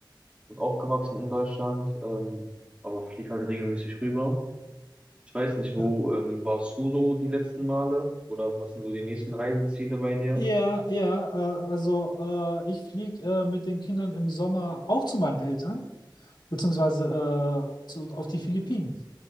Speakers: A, on the right; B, on the left.
A: und aufgewachsen in Deutschland, ähm, aber flieg halt regelmäßig rüber. Ich weiß nicht, wo
B: ah.
A: ähm, warst du so die letzten Male oder was sind so die nächsten Reiseziele bei dir?
B: Ja, ja, äh, also äh, ich fliege äh, mit den Kindern im Sommer auch zu meinen Eltern, beziehungsweise äh, zu, auf die Philippinen.